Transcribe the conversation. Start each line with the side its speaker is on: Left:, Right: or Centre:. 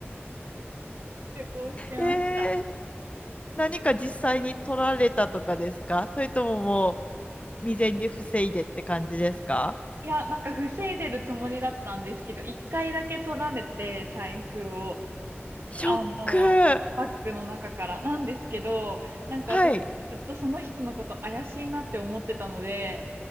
Right: 旅行してました。
Left: えー、何か実際に取られたとかですかそれとももう未然に防いでって感じですか
Right: いや、なんか防いでるつもりだったんですけど、一回だけ取られて、財布を。
Left: ショック。
Right: あの、バッグの中から。なんですけど、なんか私ずっとその人のこと怪しいなって思ってたので、
Left: はい。